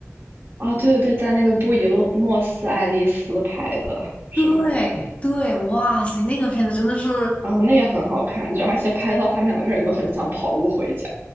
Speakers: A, on the right; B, on the left.
A: 啊，对对对，在那个布宜诺诺斯艾利斯拍的，是吧？
B: 对对，哇塞，那个片子真的是，
A: 啊，那也很好看，就而且拍到他们两个人都很想跑路回家。